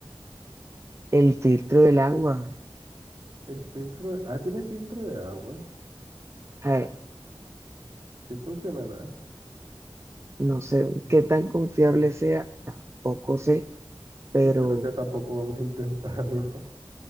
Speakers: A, on the right; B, on the right.
A: El filtro del agua,
B: el filtro? Ah, tiene filtro de agua.
A: a
B: Sí funcionará.
A: no sé qué tan confiable sea, tampoco sé, pero
B: Y creo que tampoco vamos a intentarlo. <laughs>